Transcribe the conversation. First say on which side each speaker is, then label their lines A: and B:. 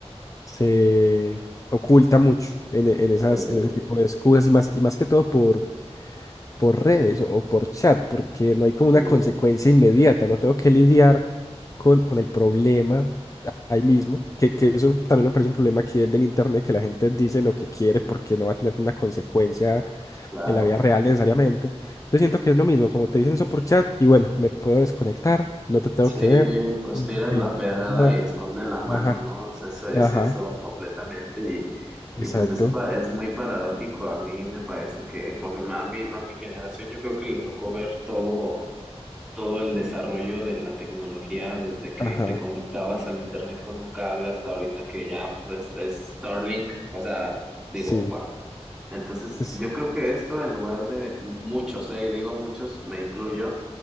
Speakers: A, on the left (about 30°); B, in the centre.
A: se oculta mucho en, e- en esas,
B: sí,
A: en ese tipo de excusas y más, y más que todo por, por redes o, o por chat, porque no hay como
B: sí,
A: una consecuencia inmediata, no tengo que lidiar con, con el problema ahí mismo, que, que eso también me parece un problema aquí del, del internet, que la gente dice lo que quiere porque no va a tener una consecuencia
B: claro.
A: en la vida real necesariamente. yo siento que es lo mismo, como te dicen eso por chat, y bueno, me puedo desconectar, no te tengo
B: Sí,
A: que ver,
B: pues
A: no
B: tiras
A: tengo que
B: la
A: decir
B: pedrada
A: nada.
B: y escondes la mano,
A: Ajá,
B: ¿no? O sea, Eso es
A: ajá,
B: eso completamente y,
A: exacto,
B: y pues es, pa- es muy paradójico. A mí me parece que, porque a mí, a mi generación yo creo que le tocó ver todo, todo el desarrollo de la tecnología desde que
A: ajá,
B: te conectabas al internet con un cable hasta ahorita que ya pues, es, es Starlink. O sea, digo,
A: sí,
B: wow. Entonces,
A: es,
B: yo creo que esto en lugar de m- muchos, eh, digo muchos, me incluyo